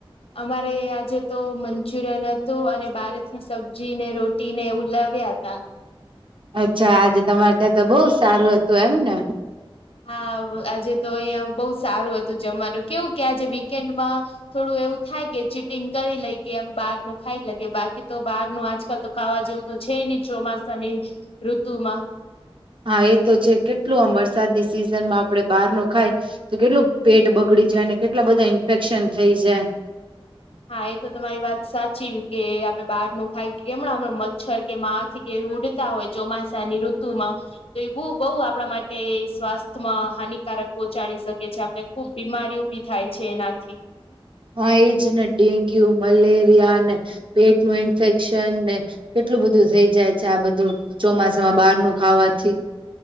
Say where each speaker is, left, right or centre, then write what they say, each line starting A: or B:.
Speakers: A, on the left; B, on the right.
A: અમારે આજે તો મંચુરિયન અતું અને બારે થી સબ્જી ને રોટી ને એવુ લાવ્યા અતા.
B: અચ્છા, આજે તમારે ત્યાં તો બવઉ સારું અતું એમને.
A: હા. આજે તો અહિયા બવઉ સારું અતું જમવાનું, કેવું કે આજે વીકેન્ડમાં થોડું એવું થાય કે ચીટિંગ કરી લઈ કે એમ બાર નું ખાઈ લગે બાકી તો બાર નું આજકાલ તો ખાવા જેવું તો છે ની ચોમાસાની ઋતુ માં
B: હા એ તો છે કેટલું આમ વરસાદની સિઝન માં આપડે બહાર નો ખાય- - તો કેટલું પેટ બગડી જાય ને કેટલા બધા ઈન્ફેક્શન થઇ જાય.
A: હા એ તો તમારી વાત સાચી કે આપડે બહાર નું ખાઈ કેમણાં હમણાં મચ્છર કે માખ કે ઉડ- - તા હોય ચોમાસાની ઋતુમાં તો એ બું બહુ આપણા માટે સ્વાસ્થ્યમાં હાનિકારક પહંચાડી શકે છે આપણે- - ખુબ બીમારી ઉભી થાય છે એનાથી- -
B: હ એજ ને ડેન્ગ્યુ મલેરિયા ને પેટ નું ઇન્ફેક્શન ને કેટલું બધું થઇ જાય છે આ બધું ચોમાસામાં બહાર નું ખાવાથી.